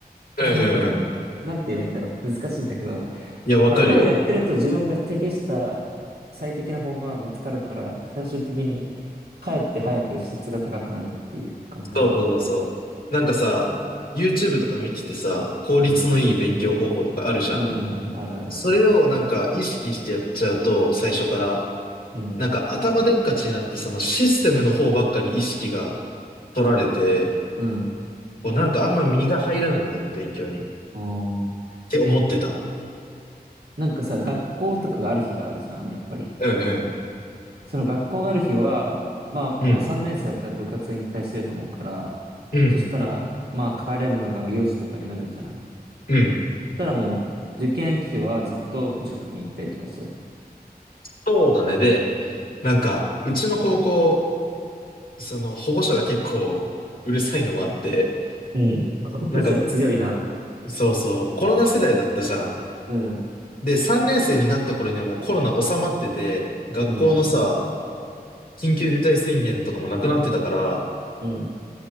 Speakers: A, on the left; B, on the right.
A: うんうんうん。
B: なんて言うんだろう。なんて言えばいいんだろう。難しいんだけど、
A: いや、わかるよ。
B: まあ、漁をやってると自分が適した最適な方法が見つかるから、最終的にかえって早く質が高くなるっていう考え方。
A: そうそうそうそう。なんかさ、YouTube とか見ててさ、効率のいい勉強方法とかあるじゃん。
B: うん。うんうんうん。あるある。
A: それをなんか意識してやっちゃうと、最初から、
B: うん。
A: なんか頭でっかちになって、そのシステムの方ばっかに意識が取られて、
B: うん。
A: こうなんかあんま身が入らないんだよね、勉強に。っ
B: おー。
A: て思ってた。
B: なんかさ、学校とかがある日があるじゃん、やっぱり。
A: うんうん。
B: その学校がある日は、まあもう3年生だったら部活引退してると思うから、
A: うん。うん。
B: そしたら、まあ帰れるのが4時とかになるじゃん。
A: うん。
B: そしたらもう受験期はずっと塾に行ったりとかしてたの。
A: そうだね。で、なんか、うちの高校、その保護者が結構うるさいのもあって、
B: うん。<laughs>
A: なんか
B: そしたら強いな。
A: そうそう、コロナ世代だったじゃん。
B: うん、
A: で、3年生になった頃にはもうコロナ収まってて、学校のさ、
B: うん、
A: 緊急事態宣言とかもなくなってたから、
B: うん、